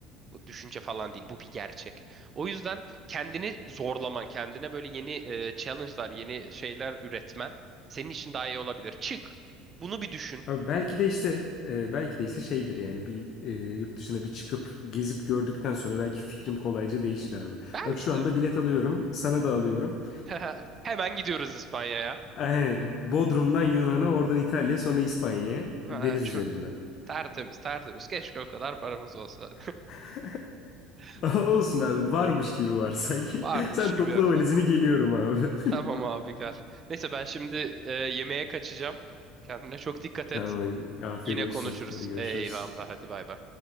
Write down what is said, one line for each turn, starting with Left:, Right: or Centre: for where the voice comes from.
Right: Bu düşünce falan değil. Bu bir gerçek. O yüzden kendini zorlaman, kendine böyle yeni e, challenge'lar, yeni şeyler üretmen senin için daha iyi olabilir. Çık. Bunu bir düşün.
Left: Abi belki de işte e, belki de işte şeydir yani bir e, yurt dışına bir çıkıp gezip gördükten sonra belki fikrim kolayca değişir abi.
Right: Belki
Left: Bak şu
Right: de.
Left: anda bilet alıyorum, sana da alıyorum.
Right: <laughs> Hemen gidiyoruz İspanya'ya.
Left: Aynen, Bodrum'dan Yunan'a, oradan İtalya'ya, sonra İspanya'ya
Right: Ha,
Left: deniz
Right: şu-
Left: üzerinden.
Right: Tertemiz tertemiz. Keşke o kadar paramız olsa.
Left: <laughs>
Right: <laughs>
Left: Olsun abi varmış gibi varsay.
Right: Varmış
Left: <laughs> Sen
Right: gibi
Left: topla
Right: efendim.
Left: valizini geliyorum abi.
Right: Tamam abi gel. Neyse ben şimdi e, yemeğe kaçacağım. Kendine çok
Left: <laughs>
Right: dikkat et.
Left: Tamam afiyet
Right: Yine
Left: olsun.
Right: konuşuruz.
Left: Hadi görüşürüz.
Right: Eyvallah hadi bay bay.